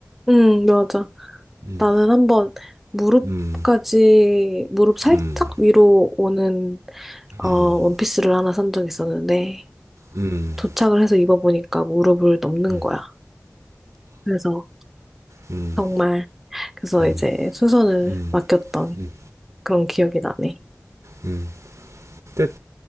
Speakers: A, in the centre; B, on the right (about 85°).
A: 음, 맞아.
B: 음,
A: 나는 한번 무릎까지,
B: 음,
A: 무릎 살짝
B: 음,
A: 위로 오는, 어,
B: 음,
A: 원피스를 하나 산 적 있었는데,
B: 음,
A: 도착을 해서 입어보니까 무릎을 넘는
B: 음,
A: 거야. 그래서
B: 음,
A: 정말 그래서
B: 음,
A: 이제 수선을
B: 음,
A: 맡겼던
B: 음,
A: 그런 기억이 나네.
B: 음. 근데